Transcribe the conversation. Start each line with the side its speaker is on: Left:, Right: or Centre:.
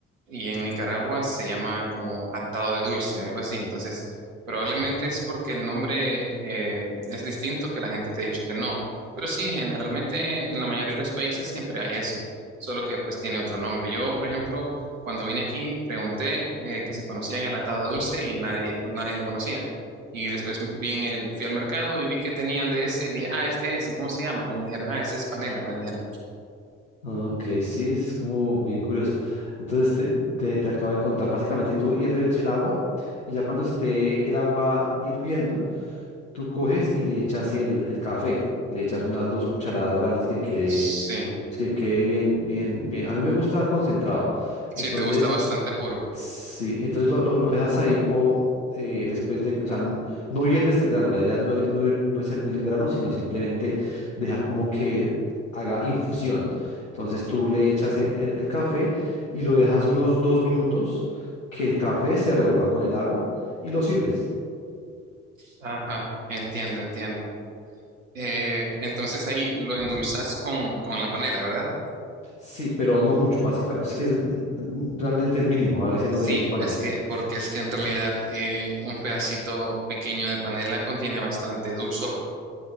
Right: y en Nicaragua se llama como atado de dulce, algo así. Entonces, probablemente es porque el nombre eh, es distinto que la gente te ha dicho que no. Pero sí, generalmente en la mayoría de los países siempre hay eso, solo que pues tiene otro nombre. Yo, por ejemplo, cuando vine aquí pregunté eh, que si conocían el atado de dulce y nadie, nadie lo conocía. Y después vi en el, fui al mercado y vi que tenían de ese y dije, ah, este es, ¿y cómo se llama? Y me dijeron, ah, ese es panela, me dijeron.
Left: Ok, sí, es como bien curioso. Entonces te, te, te acabo de contar, básicamente tú hierves el agua y ya cuando esté el agua hirviendo, tú coges y le echas el, el café, le echas unas dos cucharadas grandes que quede,
Right: Sí,
Left: pues que quede bien, bien, bien. A mí me gusta concentrado.
Right: sí,
Left: Entonces
Right: te gusta bastante puro.
Left: Sí, entonces lo, lo, lo dejas ahí po, eh, después de, que- o sea, n- no hierves el grano, la idea no, er- no, er- no es hervir el grano, sino simplemente dejar como que haga infusión. Entonces tú le echas el, el- el café y lo dejas unos dos minutos, que el café se revuelva con el agua y lo sirves.
Right: Ajá, entiendo, entiendo. Eh, entonces ahí lo endulzas con, con la panela, ¿verdad?
Left: Sí, pero no mucho, básicamente, es que es- realmente es mínimo, a veces
Right: Sí,
Left: no le echo panela.
Right: es que, porque es que en realidad eh, un pedacito pequeño de panela contiene bastante dulzor.